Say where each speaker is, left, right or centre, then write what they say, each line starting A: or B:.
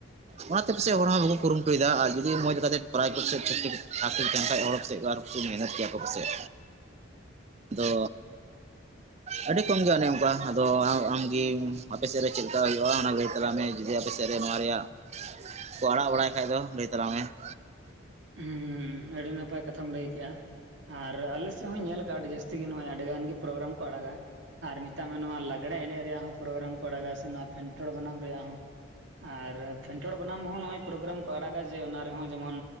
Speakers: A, on the right; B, on the right.
A: ᱚᱱᱟᱛᱮ ᱯᱟᱥᱮᱡ ᱦᱚᱲ ᱦᱚᱸ, ᱵᱟᱠᱚ ᱠᱩᱨᱩᱢᱩᱴᱩ ᱭᱮᱫᱟ, ᱟᱨ ᱡᱩᱫᱤ ᱢᱚᱡᱽ ᱠᱟᱛᱮ, ᱯᱨᱟᱭᱡᱽ <unintelligible> ᱴᱷᱟᱠᱩᱨ ᱜᱟᱶᱛᱟ ᱚᱲᱚᱠ ᱥᱮᱫ ᱠᱚᱣᱟ, ᱢᱮᱦᱱᱚᱛ ᱠᱮᱭᱟ ᱠᱚ ᱯᱟᱥᱮᱡ ᱫᱚ ᱟᱹᱰᱤ ᱠᱚᱢ ᱜᱮᱭᱟ, ᱚᱱᱮ ᱚᱱᱠᱟ ᱟᱫᱚ, ᱟᱢᱜᱮ, ᱟᱯᱮ ᱥᱮᱫ ᱨᱮ, ᱪᱮᱫᱞᱮᱠᱟ ᱦᱩᱭᱩᱜᱼᱟ ᱾ ᱚᱱᱟ ᱞᱟᱹᱭ ᱛᱟᱞᱟᱝ ᱢᱮ, ᱡᱩᱫᱤ ᱟᱯᱮ ᱥᱮᱫ ᱛᱮ ᱨᱮ, ᱱᱚᱣᱟ ᱨᱮᱭᱟᱜ ᱠᱚ, ᱯᱟᱦᱲᱟᱜ ᱵᱟᱲᱟᱭ ᱠᱷᱟᱡ ᱫᱚ, ᱞᱟᱹᱭ ᱛᱟᱞᱟᱝ ᱢᱮ ᱾
B: ᱩᱸᱻ ᱟᱹᱰᱤ, ᱱᱟᱯᱟᱭ ᱠᱟᱛᱷᱟᱢ ᱞᱟᱹᱭ ᱠᱮᱜᱼᱟ ᱾ ᱟᱨ, ᱟᱞᱮ ᱥᱮᱫ ᱦᱚᱸᱧ, ᱧᱮᱞ ᱟᱠᱟᱜᱼᱟ ᱾ ᱟᱹᱰᱤ ᱡᱟᱹᱥᱛᱤ ᱜᱮ, ᱱᱚᱜᱼᱚᱭ ᱟᱹᱰᱤ ᱜᱟᱱ ᱜᱮ, ᱯᱨᱳᱜᱨᱟᱢ ᱠᱚ ᱟᱲᱟᱜᱟ ᱾ ᱟᱨ, ᱢᱮᱛᱟᱜ ᱢᱮ, ᱱᱚᱣᱟ ᱞᱟᱜᱽᱲᱮ ᱮᱱᱮᱡ ᱨᱮᱭᱟᱜ ᱦᱚᱸ, ᱯᱨᱳᱜᱨᱟᱢ ᱠᱚ ᱟᱲᱟᱜᱟ, ᱥᱮ ᱱᱚᱣᱟ, ᱯᱷᱮᱱᱴᱚᱲ ᱵᱟᱱᱟᱢ ᱨᱮᱭᱟᱜ ᱦᱚᱸ ᱾ ᱟᱨ, ᱯᱷᱮᱱᱴᱚᱲ ᱵᱟᱱᱟᱢ ᱦᱚᱸ, ᱱᱚᱜᱼᱚᱭ ᱯᱨᱳᱜᱨᱟᱢ ᱠᱚ ᱟᱲᱟᱜᱟ, ᱡᱮ, ᱚᱱᱟ ᱨᱮᱦᱚᱸ ᱡᱮᱢᱚᱱ